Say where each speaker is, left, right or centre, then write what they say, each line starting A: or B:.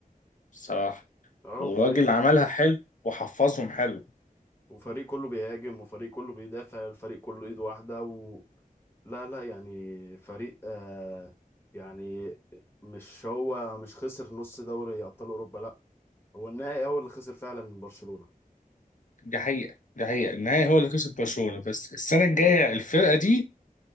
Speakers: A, on the left; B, on the left.
A: بصراحه
B: اه
A: وراجل
B: وفريق
A: عملها حلو وحفظهم حلو
B: وفريق كله بيهاجم وفريق كله بيدافع الفريق كله إيد واحدة و... لا لا يعني فريق آه يعني مش هو مش خسر نص دوري أبطال أوروبا لا هو النهائي هو اللي خسر فعلا من برشلونة
A: دي حقيقه دي حقيقه النهائي هو اللي كسب برشلونه بس السنه الجايه الفرقه دي